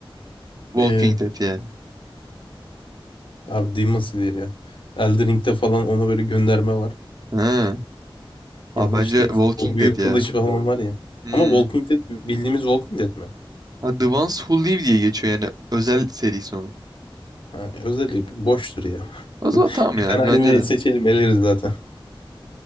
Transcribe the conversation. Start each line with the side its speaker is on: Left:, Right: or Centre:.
Right: Walking
Left: Ee,
Right: Dead yani.
Left: Abi Demon Slayer ya. Elden Ring'de falan ona böyle gönderme var.
Right: Ha.
Left: Yanlış
Right: Abi bence
Left: değil.
Right: Walking
Left: O büyük
Right: Dead
Left: kılıç
Right: ya.
Left: falan var ya.
Right: Hmm.
Left: Ama Walking Dead bildiğimiz Walking Dead mi?
Right: Ha, The Ones Who Live diye geçiyor yani özel serisi onun.
Left: Ha, özelliği boştur ya.
Right: O zaman
Left: <laughs>
Right: tamam
Left: Bir
Right: ya
Left: tane
Right: bence
Left: anime
Right: de.
Left: seçelim eleriz zaten.